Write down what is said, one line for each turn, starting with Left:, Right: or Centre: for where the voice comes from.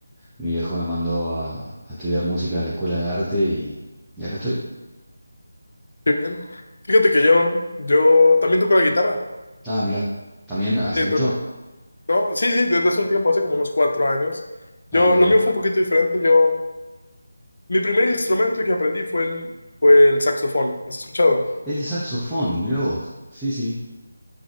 Centre: Mi viejo me mandó a, a estudiar música a la escuela de arte y, y acá estoy.
Left: Qué bien. Fíjate que yo, yo también toco la guitarra.
Centre: Ah, mirá. ¿También hace
Left: Eh,
Centre: mucho?
Left: toco- no, sí, sí, desde hace un tiempo, hace como unos cuatro años.
Centre: Ah,
Left: Yo,
Centre: mirá
Left: lo
Centre: vos.
Left: mío fue un poquito diferente. Yo, mi primer instrumento que aprendí fue el, fue el saxofón. ¿Has escuchado?
Centre: Es de saxofón, mirá vos. Sí, sí,